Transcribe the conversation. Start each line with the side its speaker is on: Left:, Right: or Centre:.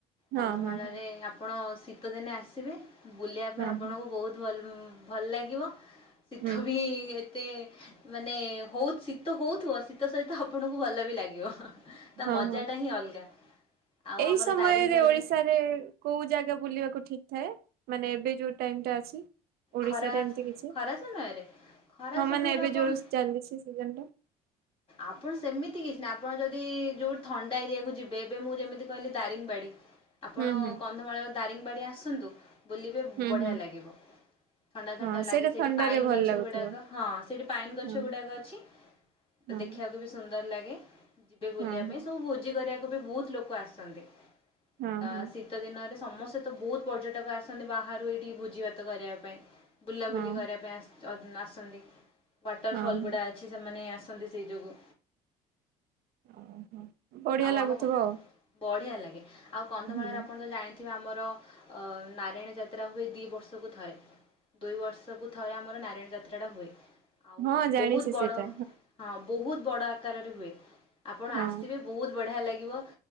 Right: ହଁ
Left: କନ୍ଧମାଳରେ
Right: ହଁ ହଁ
Left: ଆପଣ ଶୀତଦିନେ ଆସିବେ ବୁଲିବା
Right: ହଁ
Left: ପାଇଁ ଆପଣଙ୍କୁ
Right: ହଁ
Left: ବହୁତ୍ ଭଲ୍-ଭଲ୍ ଲାଗିବ ଶୀତ
Right: ହୁଁ
Left: ବି ଏ ଏତେ ମାନେ ହଉ ଶୀତ ହଉଥିବ, ଶୀତ ସହିତ ଆପଣଙ୍କୁ ଭଲ ବି ଲାଗିବ ହଁ-ହଁ। ତା
Right: ହଁ
Left: ମଜାଟା
Right: ହଁ।
Left: ହିଁ ଅଲଗା। ଆଉ
Right: ଏଇ
Left: ଆମର
Right: ସମୟରେ
Left: ଦାରିଙ୍ଗବାଡ଼ି
Right: ଓଡିଶାରେ କୋଉ ଜାଗା ବୁଲିବାକୁ ଠିକ୍ ଥାଏ? ମାନେ ଏବେ ଯୋଉ ଟାଇମ୍ ଟା ଅଛି। ଓଡ଼ିଶାରେ
Left: ଖରା
Right: ଏମିତି କିଛି,
Left: ଖରା ସମୟରେ ଖରା
Right: ହଁ
Left: ସମୟରେ
Right: ମାନେ ଏବେ
Left: ଆପଣ
Right: ଜୋଉ ଚାଲିଛି ସିଜିନ୍ ଟା।
Left: ଆପଣ ସେମିତି କିଛି ନାହିଁ ଆପଣ ଯଦି ଯୋଉଠି ଥଣ୍ଡା ଏରିଆକୁୁ ଯିବେ, ଏବେ ମୁଁ ଯେମିତି କହିଲି ଦାରିଙ୍ଗବାଡି। ଆପଣ
Right: ହୁଁ ହୁଁ
Left: କନ୍ଧମାଳର ଦାରିଙ୍ଗବାଡ଼ି ଆସନ୍ତୁ, ବୁଲିବେ
Right: ହୁଁ
Left: ବଢ଼ିଆ
Right: ହୁଁ
Left: ଲାଗିବ। ଥଣ୍ଡା-ଥଣ୍ଡା
Right: ହଁ
Left: ଲାଗେ
Right: ସେଇଟା
Left: ସେଇଠି
Right: ଥଣ୍ଡାରେ
Left: ପାଇନ୍
Right: ଭଲ
Left: ଗଛ
Right: ଲାଗୁଥିବ।
Left: ଗୁଡାକ, ହଁ ସେଇଠି ପାଇନ୍ ଗଛ
Right: ହଁ
Left: ଗୁଡାକ ଅଛି।
Right: ହଁ
Left: ଦେଖିବାକୁ ବି ସୁନ୍ଦର ଲାଗେ, ଯିବେ ବୁଲିବା
Right: ହଁ ହଁ
Left: ପାଇଁ ସବୁ ଭୋଜି କରିବାକୁ ବି ବହୁତ ଲୋକ ଆସନ୍ତି
Right: ହଁ
Left: ଆ
Right: ହଁ
Left: ଶୀ ଶୀତ ଦିନରେ ସମସ୍ତେ ତ ବହୁତ ପର୍ଯ୍ୟଟକ ଆସନ୍ତି ବାହାରୁ ଏଇଠି ଭୋଜି ଭାତ କରିବା ପାଇଁ। ବୁଲାବୁଲି
Right: ହଁ
Left: କରିବା ପାଇଁ ଆସ୍ ଅ ଆସନ୍ତି, ୱାଟର
Right: ହଁ
Left: ଫଲ୍
Right: ହଁ।
Left: ଗୁଡା ଅଛି ସେମାନେ ଆସନ୍ତି ସେଇ ଯୋଗୁଁ,
Right: ହଁ ବଢିଆ
Left: ଆଉ
Right: ଲାଗୁଥିବ
Left: ଆମ
Right: ଆଉ
Left: ବଢିଆ ଲାଗେ। ଆଉ କନ୍ଧମାଳରେ
Right: ହୁଁ।
Left: ଆପଣ ତ ଜାଣି ଏଠି ବି ଆମର ଅ-ଅ ନାରାୟଣ ଯାତ୍ରା ହୁଏ ଦି ବର୍ଷକୁ ଥରେ। ଦୁଇ ବର୍ଷକୁ ଥରେ ଆମର ନାରାୟଣ ଯାତ୍ରାଟା ହୁଏ ଆଉ
Right: ହଁ ଜାଣିଛି
Left: ବହୁତ୍ ବଡ
Right: ସେଇଟା
Left: ହଁ ବହୁତ୍ ବଡ ଆକାରରେ ହୁଏ, ଆପଣ
Right: ହଁ
Left: ଆସିବେ ବହୁତ୍ ବଢ଼ିଆ ଲାଗିବ